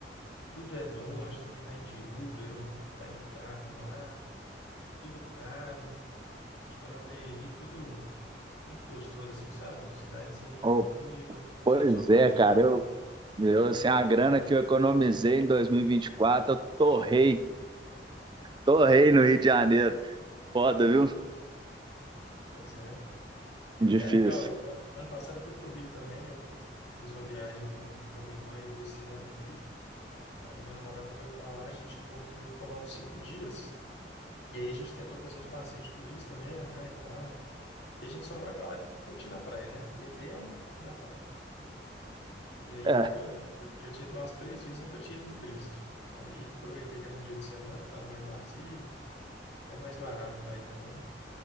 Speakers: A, on the left; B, on the right.
A: tudo é longe, tem que ficar indo de Uber ou tá de carro lá, tudo caro. A gente foi lá para Iriri, tudo muito gostoso, assim, sabe? Cidadezinha tranquila,
B: Oh, pois
A: sei que sua família.
B: é, cara, eu, Eu, assim, a grana que eu economizei em 2024, eu torrei, torrei no Rio de Janeiro. Foda, viu?
A: Pois é. E
B: Difícil.
A: É legal. Eu, ano passado eu fui para o Rio também. Eu eu fiz uma viagem com, com a minha irmã e eu desci lá no Rio. Aí minha namorada foi para lá, a gente encontrou e ficou lá uns cinco dias. E aí a gente tentou fazer uns passeios de turista mesmo, né, e tal. E a gente só vai para lá e fica curtindo a praia, né? Bebendo e na praia. E aí
B: É,
A: eu nunca, eu já tinha ido lá umas três vezes, nunca tinha ido no Cristo. Aí aproveitei que era um dia de semana, estava mais vazio, até mais barato para ir também.